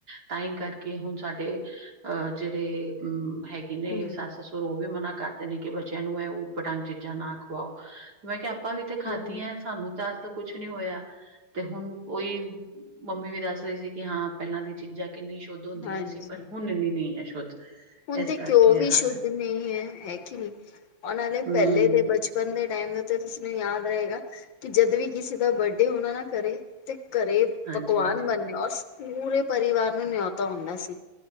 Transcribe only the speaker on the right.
ਤਾਂ ਹੀ ਕਰਕੇ ਹੁਣ ਸਾਡੇ ਅ ਜਿਹੜੇ ਉਂ ਹੈਗੇ ਨੇ
ਸੱਸ ਸਸੁਰ ਉਹ ਵੀ ਮਨਾ ਕਰਦੇ ਨੇ ਕਿ ਬੱਚਿਆਂ ਨੂੰ ਇਹ ਊਟ-ਪਟਾਂਗ ਚੀਜ਼ਾਂ ਨਾ ਖਵਾਓ। ਮੈਂ ਕਿਆ ਆਪਾਂ ਵੀ ਤੇ ਖਾਧੀਐ
ਸਾਨੂੰ ਤਾਂ ਅਜ ਤੱਕ ਕੁਛ ਨੀ ਹੋਇਆ। ਤੇ ਹੁਨ ਓਈ ਮੰਮੀ ਵੀ ਦੱਸ ਰਹੀ ਸੀ ਕਿ ਹਾਂ ਪਹਿਲਾਂ ਦੀਆਂ ਚੀਜ਼ਾਂ ਕਿੰਨੀ ਸ਼ੁੱਧ ਹੁੰਦੀਆਂ
ਸੀ ਪਰ ਹੁਣ ਇੰਨੀ ਨਈ ਐ ਸ਼ੁੱਧ।
ਇਸ
ਕਰਕੇ
ਇਹ
ਹਾਲ ਹੈ
ਹਮ
ਹਾਂਜੀ
ਹਾਂਜੀ